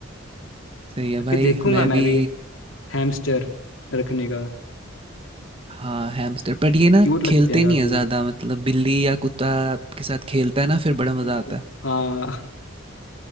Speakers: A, on the right; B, on the left.
A: सही है
B: बाकी
A: भाई
B: देखूंगा
A: मैं भी
B: मैं भी हैमस्टर रखने का
A: हाँ हैमस्टर बट ये ना
B: क्यूट लगते
A: खेलते
B: हैं काफी
A: नहीं है ज़्यादा मतलब बिल्ली या कुत्ता आपके साथ खेलता है ना फिर बड़ा मज़ा
B: हम्म।
A: आता है
B: हाँ